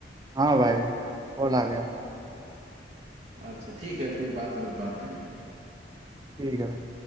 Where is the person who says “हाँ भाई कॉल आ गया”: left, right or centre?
Right